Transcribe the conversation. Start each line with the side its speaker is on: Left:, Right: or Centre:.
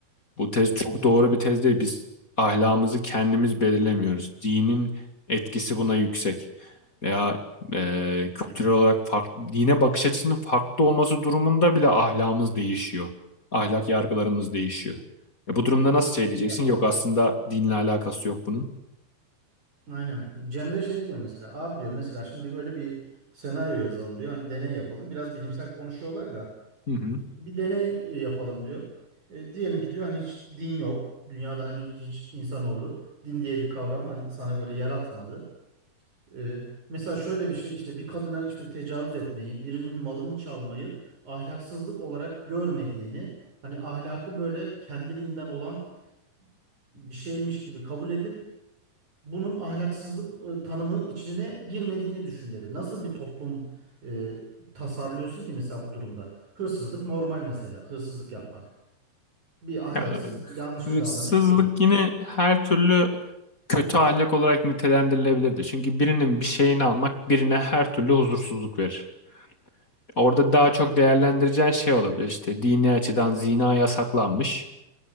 Left: Bu tez çok doğru bir tez değil. Biz ahlakımızı kendimiz belirlemiyoruz. Dinin etkisi buna yüksek. Veya e, kültürel olarak farklı, dine bakış açısının farklı olması durumunda bile ahlakımız değişiyor. Ahlak yargılarımız değişiyor. E, bu durumda nasıl şey diyeceksin?
Right: Ya
Left: Yok aslında dinle alakası yok bunun.
Right: aynen. Cemre şey diyor mesela abi diyor mesela şimdi böyle bir senaryo yazalım diyor. Hani deney yapalım. Biraz bilimsel konuşuyorlar ya.
Left: Hı hı.
Right: bir deney e, yapalım diyor. E, diyelim ki diyor hani hiç din yok. Dünyada hani hiç insanoğlu din diye bir kavram hani sana göre yaratmadı. E, mesela şöyle bir şey işte bir kadına işte tecavüz etmeyi, birinin malını çalmayı ahlaksızlık olarak görmediğini, hani ahlakı böyle kendiliğinden olan bir şeymiş gibi kabul edip bunun ahlaksızlık e, tanımı içine girmediğini düşün dedi. Nasıl bir toplum e, tasarlıyorsun ki mesela bu durumda? Hırsızlık normal mesela, hırsızlık yapmak bir ahlaksızlık,
Left: Ya,
Right: bir yanlış
Left: hırsızlık
Right: bir davranış değil.
Left: yine her türlü kötü ahlak olarak nitelendirilebilirdi. Çünkü birinin bir şeyini almak birine her türlü huzursuzluk verir. Orada daha çok değerlendireceğin şey olabilir işte dini açıdan zina yasaklanmış